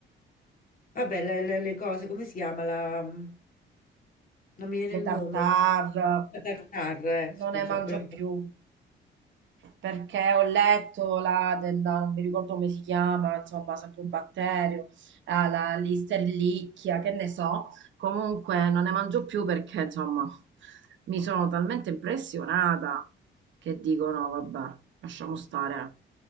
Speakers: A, on the left (about 45°); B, on the right (about 70°).
A: Vabbè, le, le- le cose, come si chiama la... non mi viene
B: le
A: il nome.
B: tartare,
A: La tartar, eh, scusa,
B: non ne mangio
A: bravo.
B: più. Perché ho letto la della non mi ricordo come si chiama, insomma, sempre un batterio, ah, la listerlicchia, che ne so. Comunque non ne mangio più perché, insomma, mi sono talmente impressionata che dico no, vabbè, lasciamo stare.